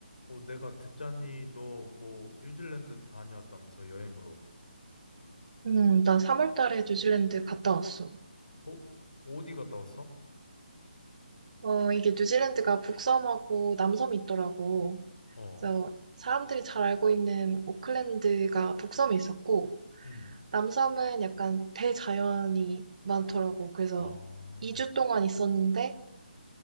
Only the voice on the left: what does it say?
어, 내가 듣자니 너 뭐 뉴질랜드도 다녀왔다면서 여행으로.
어? 어디 갔다 왔어?
어.
음.
아.